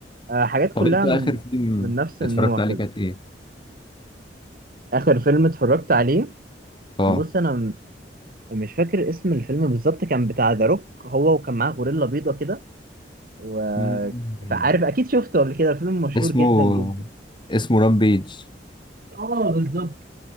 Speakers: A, on the right; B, on the left.
A: آه حاجات كلها
B: طب أنت
A: من
B: آخر فيلم
A: من نفس النوع
B: اتفرجت
A: كده
B: عليه كانت إيه؟
A: اخر فيلم اتفرجت عليه
B: آه
A: بص انا م- مش فاكر اسم الفيلم بالظبط كان بتاع ذا روك هو وكان معاه غوريلا بيضة كده و
B: مم.
A: فعارف اكيد شفته قبل كده الفيلم مشهور
B: اسمه
A: جدا جدا
B: اسمه رامبيج
A: اه بالظبط